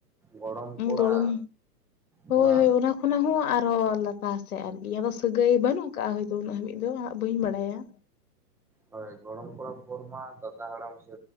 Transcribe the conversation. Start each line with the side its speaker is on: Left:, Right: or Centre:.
Centre: ᱜᱚᱲᱚᱢ ᱠᱚᱲᱟ,
Left: ᱜᱚᱲᱚᱢ ᱦᱳᱭ
Centre: ᱠᱚᱲᱟ
Left: ᱦᱳᱭ ᱚᱱᱟ ᱦᱚᱸ ᱟᱨᱦᱚᱸ ᱞᱟᱛᱟᱨ ᱥᱮᱫ ᱟᱨᱠᱤ ᱟᱫᱚ ᱥᱟᱹᱜᱟᱹᱭ ᱵᱟᱹᱱᱩᱜ ᱠᱟᱜᱼᱟ ᱦᱚᱭ ᱛᱚ ᱩᱱᱟᱹᱜ ᱦᱟᱹᱵᱤᱡ ᱫᱚ ᱦᱟᱜ ᱵᱟᱹᱧ ᱵᱟᱲᱟᱭᱟ
Centre: ᱦᱳᱭ ᱜᱚᱲᱚᱢ ᱠᱚᱲᱟ ᱯᱳᱨ ᱢᱟ ᱫᱟᱫᱟ ᱦᱟᱲᱟᱢ ᱥᱮ